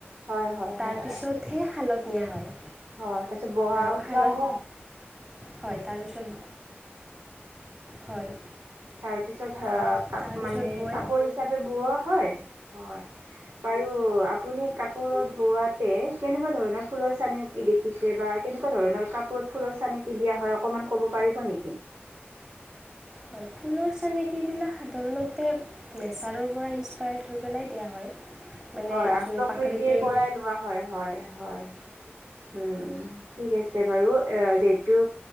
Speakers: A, on the right; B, on the right.
A: হয় হয়
B: তাৰপিছতহে
A: হয়
B: শালত নিয়া হয়
A: হয় তাৰ পিছত বোৱা
B: আৰু শালত
A: থোৱা হয়
B: হয় তাৰপিছত হয়
A: তাৰ পিছত আহ
B: আৰু
A: কাপ
B: তাৰপিছত
A: মানে
B: বয়
A: কাপোৰ হিচাপে বোৱা হয় হয় বাৰু আপুনি কাপোৰত বোৱাত কেনেকুৱা ধৰণৰ ফুলৰ চান দেখিছে বা কেনেকুৱা ধৰণৰ কাপ ফুলৰ চানেকি দিয়া হয় অকণমান ক'ব পাৰিব নেকি
B: হয় ফুলৰ চেনেকীবিলাক সাধাৰণতে নেচাৰৰ পৰা ইনস্পায়াৰ্ড হৈ পেলাই দিয়া হয় মানে
A: হয় আৰু
B: যোন
A: প্ৰকৃতিৰ
B: প্ৰাকৃতিৰ
A: পৰাই লোৱা হয় হয় হয় উম ঠিক আছে বাৰু এ যিহেতু